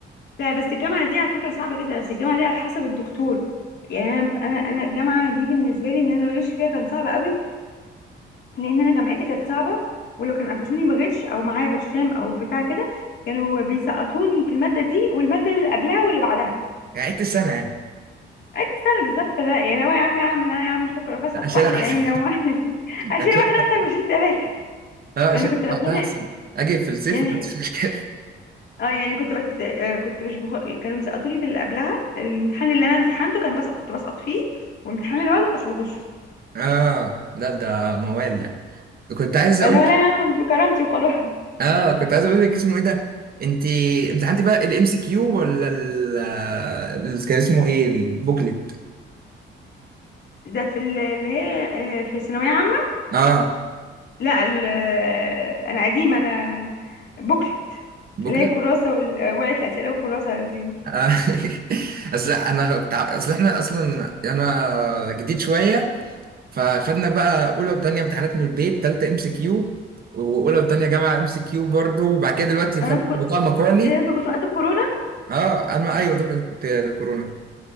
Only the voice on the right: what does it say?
يعني عدت السنة يعني
أشيلها
أحسن
أشيلها
أه
أشيلها
لوحدها أحسن أجي في الصيف
ما عنديش مشكلة
<laughs> أه لا ده موال ده كنت عايز أقول
اه كنت عايز اقول لك اسمه ايه ده انت انت عندي بقى الام سي كيو ولا ال ال- كان اسمه ايه البوكلت
اه
بكل
آه. <laughs> اصل انا بتاع... اصل احنا اصلا انا جديد شويه فخدنا بقى اولى وتانية امتحانات من البيت تالتة ام سي كيو واولى وتانية جامعه ام سي كيو برضه وبعد كده دلوقتي
خلاص
الموضوع مقالي
اه انا ايوه دفعه الكورونا